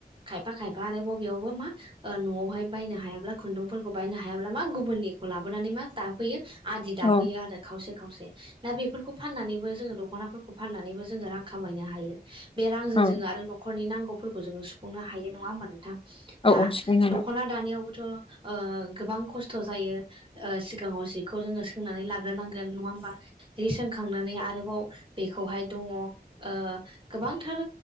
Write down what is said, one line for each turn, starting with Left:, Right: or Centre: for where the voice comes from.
Right: खायफा खायफा आरो बबेयावबो मा ओ न'आवहाय बायनो हायाब्ला खुन्दुंफोरखौ बायनो हायाब्ला मा गुबुननिखौ लाबोनानै मा दाफैयो आदि दाफैयो
Left: औ
Right: आरो। खावसे खावसे दा बेफोरखौ फाननानैबो जोङो दख'नाफोरखौ फाननानैबो जोङो रां खामायनो हायो। बे रांजों
Left: औ
Right: जोङो आरो न'खरनि नांगौफोरखौ जोङो सुफुंनो हायो नङा होमबा नोंथां दा
Left: औ औ सिफुंजों
Right: दख'ना दानायावबोथ' ओ गोबां खस्थ' जायो। ओ सिगाङाव जिखौ जोङो सोंनानै लाग्रोनांगोन नङा होमबा? जि सोंखांनानै आरोबाव बेखौहाय दङ ओ गोबांथार